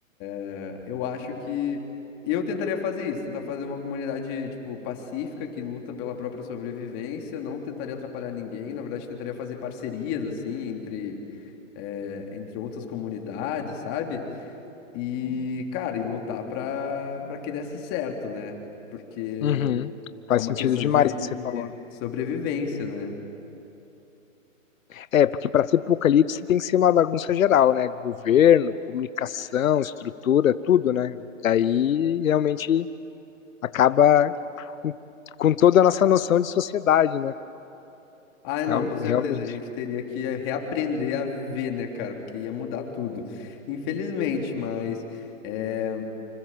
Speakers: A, on the left; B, on the left.
A: é, eu acho que eu tentaria fazer isso, tentar fazer uma comunidade, tipo, pacífica, que luta pela própria sobrevivência, não tentaria atrapalhar ninguém, na verdade, tentaria fazer parcerias, assim, entre eh, entre outras comunidades, sabe? E, cara, e lutar para para que desse certo, né? Porque
B: Uhum. Faz
A: é uma
B: sentido
A: questão
B: demais
A: de, de
B: o que você falou.
A: sobrevivência, né?
B: É, porque para ser apocalipse tem que ser uma bagunça geral, né? Governo, comunicação, estrutura, tudo, né? Daí realmente acaba com- com toda a nossa noção de sociedade, né?
A: Ah, não,
B: Real-
A: com certeza,
B: realmente.
A: a gente teria que eh, reaprender a viver, né, cara? Porque ia mudar tudo. Infelizmente, mas. eh,